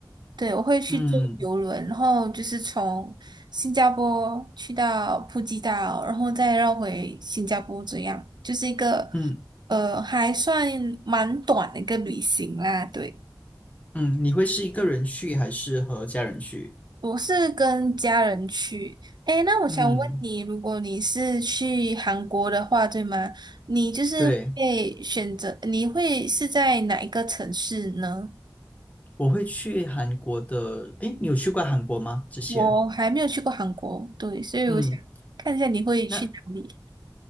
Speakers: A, on the right; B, on the left.
A: 对，我会去坐游轮，
B: 嗯
A: 然后就是从新加坡去到普吉岛，然后再绕回新加坡，这样就是一个
B: 嗯
A: 呃还算蛮短的一个旅行啦。对，
B: 嗯，你会是一个人去还是和家人去？
A: 我是跟家人去。诶，那我想问你，
B: 嗯，
A: 如果你是去韩国的话，对吗？你就是会选择，
B: 对，
A: 你会是在哪一个城市呢？
B: 我会去韩国的。诶，你有去过韩国吗？之前？
A: 我还没有去过韩国，对，所以我想看一下你会去哪里。
B: 嗯。那